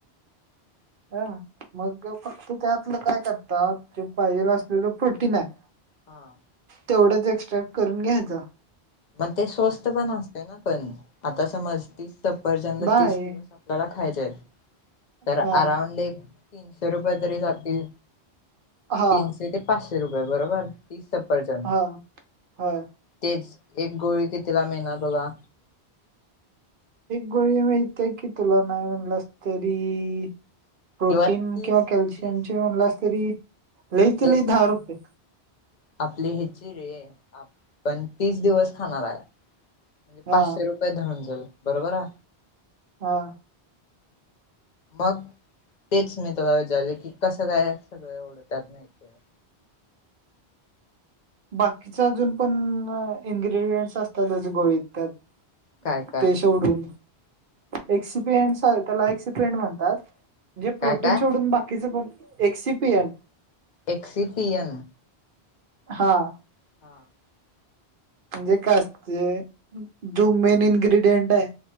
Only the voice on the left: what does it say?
<inaudible>
हां.
मग ते स्वस्त पण असतय ना पण आता समज तीस सफरचंद
तीस दिवस आपल्याला खायचे, तर अराऊंड
एक तीनशे रुपये तरी जातील
तीनशे ते पाचशे रुपये बरोबर तीस सफ सफरचंद
तेच एक गोळी कितीला मिळनार तुला?
किंवा तीस
तीस
जे
आपली हे चि रे आपण तीस दिवस खाणार आहे. पाचशे
रुपये धरून चल बरोबर आ
मग तेच मी तुला विचारले की, कसं काय सगळ एवढं त्यात माहितय <inaudible>
काय काय
काय काय
एक्सिपियन.
<unintelligible>